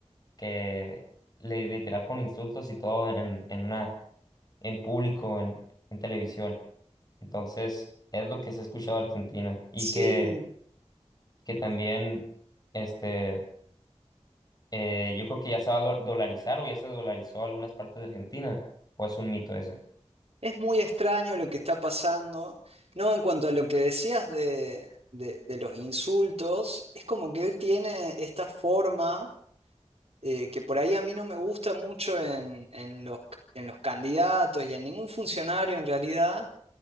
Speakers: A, on the left (about 35°); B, on the right (about 60°).
A: que le literal con insultos y todo en, en una, en público, en, en televisión. Entonces, es lo que se ha escuchado de Argentina. Y
B: Sí,
A: que, que también, este, eh, yo creo que ya se va a do- dolarizar o ya se dolarizó algunas partes de Argentina, o es un mito ese.
B: es muy extraño lo que está pasando. No, en cuanto a lo que decías de, de de los insultos, es como que él tiene esta forma eh, que por ahí a mí no me gusta mucho en, en los, en los candidatos y en ningún funcionario en realidad,